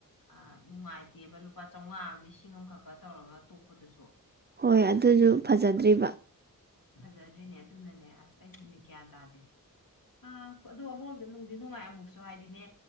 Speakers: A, on the left; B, on the right.
A: ꯑ ꯅꯨꯡꯉꯥꯏꯇꯦꯕ ꯂꯨꯄꯥ ꯆꯥꯝꯃꯉꯥ ꯑꯃ ꯂꯤꯁꯤꯡ ꯑꯃꯈꯛꯀꯥ ꯇꯧꯔꯒ ꯇꯣꯛꯄꯗꯨꯁꯨ
B: ꯍꯣꯏ ꯑꯗꯨꯁꯨ
A: ꯑꯗꯨꯗꯨꯅ
B: ꯐꯖꯗ꯭ꯔꯤꯕ
A: ꯐꯖꯗ꯭ꯔꯤꯅꯦ ꯑꯗꯨꯅꯅꯦ ꯑꯁ ꯑꯩꯁꯨꯅꯦ ꯒ꯭ꯤꯌꯥꯟ ꯇꯥꯗꯦ ꯑ ꯑꯗꯣ ꯑꯃꯔꯣꯝꯗ ꯅꯨꯡꯗꯤ ꯅꯨꯡꯉꯥꯏ ꯑꯃꯨꯛꯁꯨ ꯍꯥꯏꯗꯤꯅꯦ